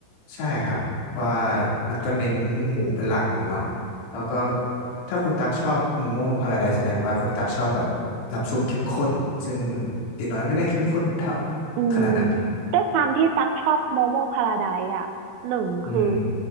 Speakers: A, on the left (about 85°); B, on the right (about 80°).
A: ใช่ครับเพราะว่ามันก็เน้นหมูเป็นหลักเนาะแล้วก็ถ้าคุณตักชอบโมโม่พาราไดซ์แสดงว่าคุณตักชอบแบบน้ำซุปเข้มข้นซึ่งตีน้อยไม่ได้เข้มข้นเท่า
B: อืม
A: ขนาดนั้น
B: ด้วยความที่ตักชอบโมโมพาราไดซ์อ่ะหนึ่งคือ
A: อืม